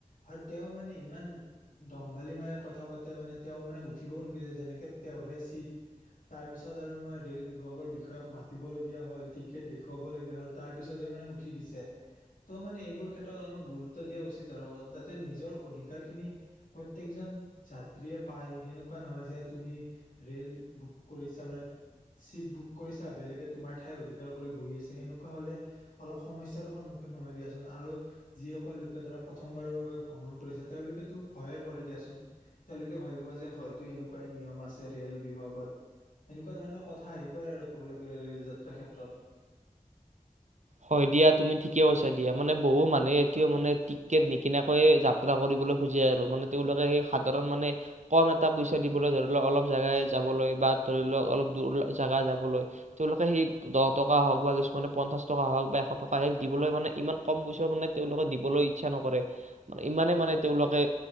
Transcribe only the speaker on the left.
আৰু তেওঁ মানে ইমান দম্ভালি মানে কথা পাতে মানে তেওঁ মানে উঠিবও নোখোজে যেনেকে তেওঁৰহে চিট। তাৰ পিছত আৰু মই ৰে'ল বিভাগৰ বিষয়াক মাতিবলগীয়া হ'ল টিকেট দেখুৱাব হ'ল তাৰ পিছতহে মানে উঠি দিছে। ত মানে এইবোৰ ক্ষেত্ৰত অলপ গুৰুত্ব দিয়া উচিত আৰু। যাতে নিজৰ অধিকাৰ খিনি প্ৰত্যকজন যাত্ৰীয়ে পায়। সেনেকুৱা নহয় যে তুমি ৰে'ল বুক কৰিছা মানে চিট বুক কৰিছা বেলেগে তোমাৰ ঠাই অধিকাৰ কৰি বহি আছে, সেনেকুৱা হলে অলপ সমস্যাৰ সন্মুখীন হয় দিয়াচোন, আৰু যি সকল লোকে ধৰা প্ৰথমবাৰৰ বাবে ভ্ৰমণ কৰিছে তেওঁলোকেতো ভয়ে কৰে দিয়াচোন। তেওঁলোকে ভাবিব যে হয়তো এনেকুৱাই নিয়ম আছে ৰে'ল বিভাগত। এনেকুৱা ধৰণৰ কথা আহি পৰে আৰু ক'বলৈ গ'লে ৰে'ল যাত্ৰা ক্ষেত্ৰত